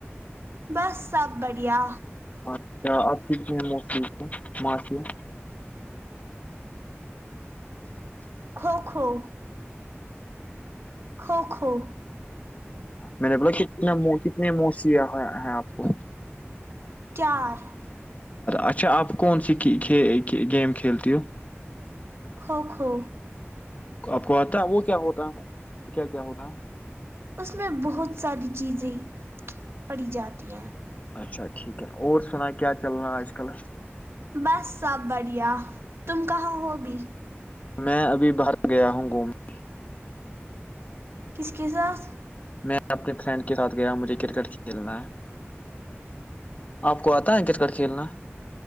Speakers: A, on the right; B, on the left.
A: بس سب بڑھیا
B: اچھا آب کتنے مکلیجے معافیا
A: کوکھو کوکھو
B: میں نے بولا کتنا کتنے موسییا ہیں آپ کو
A: چار
B: اچھا آپ کون سی گیم کھیلتی ہو
A: کوکھو
B: آپ کو آتا ہے وہ کیا ہوتا ہے کیا کیا ہوتا ہے
A: اس میں بہت ساری چیزیں پڑھی جاتی ہیں
B: ہے اچھا ٹھیک ہے اور سنا کیا چلنا آج کل
A: بس سب بڑھیا تم کہاں ہوگی
B: میں ابھی باہر گیا ہوں گھومنے
A: کس کے ساتھ
B: میں اپنے فرینڈ کے ساتھ گیا مجھے کرکٹ کھیلنا ہے آپ کو آتا ہے کرکٹ کھیلنا